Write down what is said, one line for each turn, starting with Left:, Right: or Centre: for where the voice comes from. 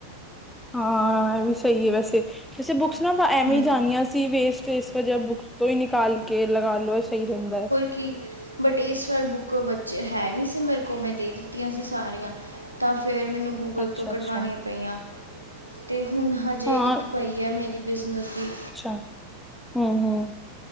Centre: ਹਾਂ, ਏ ਵੀ ਸਈ ਏ ਵੈਸੇ। ਵੈਸੇ ਬੁਕਸ ਨਾ ਵਾ ਐਵੇਂ
Right: ਹੂੰ
Centre: ਈ ਜਾਨੀਆਂ ਸੀ ਵੇਸਟ ਤੇ ਏਸ ਵਜ੍ਹਾ ਬੁਕਸ ਤੋਂ ਹੀ ਨਿਕਾਲ ਕੇ ਲਗਾ ਲੋ ਐ ਸਈ ਰੇਂਦਾ ਐ।
Right: ਕਿ ਬਟ ਏਸ ਵਾਰ ਬੁੱਕ ਬੱਚੇ ਹੈ ਨੀ ਸੀ ਮੇਰੇ ਕੋਲ ਮੈਂ ਦੇ ਦਿੱਤੀਆਂ ਸੀ ਸਾਰੀਆਂ। ਤਾਂ ਫੇਰ ਮੇਨੂੰ ਗੂਗਲ
Centre: ਅੱਛਾ
Right: ਤੋਂ
Centre: ਅੱਛਾ
Right: ਕਢਵਾਨੀਆਂ ਪਈਆਂ ਤੇ ਹੂਨ ਹਜੇ
Centre: ਹਾਂ
Right: ਇੱਕ ਪਈ ਐ ਮੇਰੀ ਬਿਜਨਸ ਦੀ
Centre: ਅੱਛਾ, ਹੂ-ਹੂ